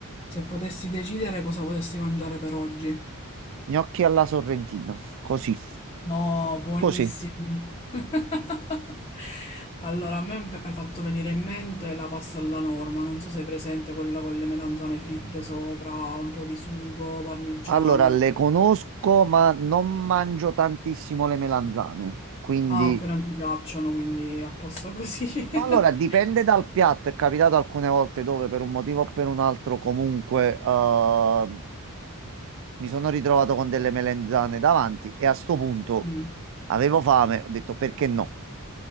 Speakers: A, on the left; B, on the right.
A: Se potessi decidere cosa potessi mangiare per oggi.
B: Gnocchi alla sorrentina, così,
A: No, buonissimi.
B: così.
A: <laughs> Allora, a me mi hai fatto venire in mente la pasta alla norma, non so se è presente quella con le melanzane fritte sopra, un po' di sugo, parmigiano.
B: Allora, le conosco, ma non mangio tantissimo le melanzane, quindi...
A: Ah, ok, non ti piacciono, quindi a posto così.
B: Ma allora
A: <laughs>
B: dipende dal piatto, è capitato alcune volte dove per un motivo o per un altro comunque ehm, mi sono ritrovato con delle melanzane davanti e a sto punto
A: Mm.
B: avevo fame, ho detto perché no?